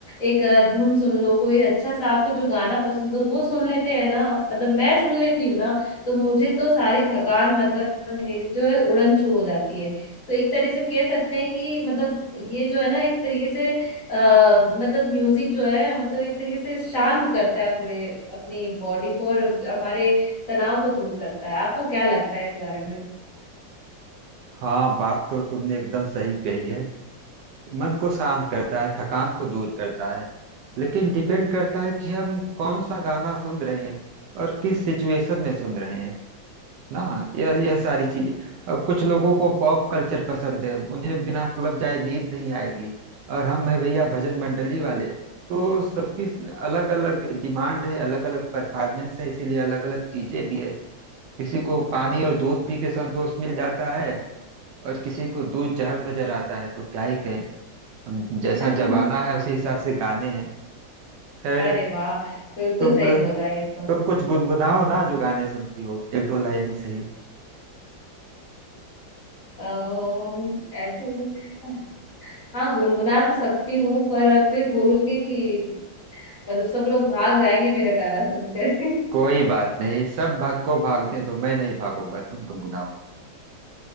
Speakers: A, on the left; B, on the right.
A: एक अ, धुन सुन लो कोई अच्छा सा आपको जो गाना पसंद हो वो सुन लेते हैं ना मतलब मैं सुन लेती हूँ ना तो मुझे तो सारी थकान मतलब मेरी जो है उड़न छू हो जाती है तो एक तरह से कह सकते हैं कि मतलब ये जो है ना एक तरीके से अ, मतलब म्यूजिक जो है मतलब एक तरीके से शांत करता है पूरे अपनी बॉडी को और हमारे तनाव को दूर करता है आपको क्या लगता है इस बारे में
B: हाँ बात तो तुमने एकदम सही कही है मन को शांत करता है थकान को दूर करता है लेकिन डिपेंड करता है कि हम कौन सा गाना सुन रहे हैं और किस सिचुएशन में सुन रहे हैं ना यह यह सारी चीजें अब कुछ लोगों को पॉप कल्चर पसंद है उन्हें बिना क्लब जाए नींद नहीं आएगी और हम है भैया भजन मंडली वाले तो सबकी अलग अलग डिमांड है अलग अलग परफॉर्मेंस है इसीलिए अलग अलग चीजें भी है किसी को पानी और दूध पी के संतोष मिल जाता है और किसी को दूध जहर नजर आता है तो क्या ही कहें अब जैसा
A: <laughs>
B: जमाना है उसी हिसाब से गाने हैं खैर
A: अरे वाह बिल्कुल
B: तुम
A: सही बोला ये तो
B: तुम कुछ गुनगुनाओ ना जो गाने सुनती हो एक दो लाइन ही सही
A: अ, ऐसे में- हाँ गुनगुना तो सकती हूँ पर फिर बोलोगे कि मतलब सब लोग भाग जाएंगे मेरा गाना सुनकर <laughs>
B: कोई बात नहीं सब भाग को भागते हैं तो मैं नहीं भागूंगा तुम गुनगुनाओ